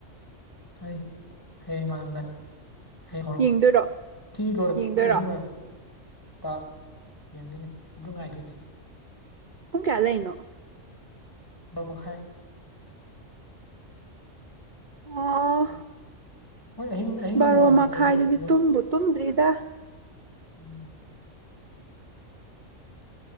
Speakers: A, on the left; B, on the right.
A: <unintelligible>
B: ꯌꯦꯡꯗꯣꯏꯔꯣ ꯌꯦꯡꯗꯣꯏꯔꯣ
A: ꯂꯨꯄꯥ ꯌꯦꯡꯒꯣꯏꯅꯤ ꯑꯗꯨ ꯉꯥꯏꯗꯣꯏꯅꯤ
B: ꯄꯨꯡ ꯀꯌꯥ ꯂꯩꯅꯣ
A: <inaudible> ꯕꯥꯔꫭ ꯃꯈꯥꯏ
B: ꯑꯣ
A: ꯍꯣꯏ ꯑꯍꯤꯡ ꯑꯍꯤꯡꯒ
B: ꯕꯥꯔꯣ
A: ꯅꯣꯡꯉꯥꯟꯕ
B: ꯃꯈꯥꯏꯗꯨꯗꯤ
A: ꯂꯣꯏꯅ ꯂꯣꯏ
B: ꯇꯨꯝꯕꯨ ꯇꯨꯝꯗ꯭ꯔꯤꯗ
A: ꯎꯝ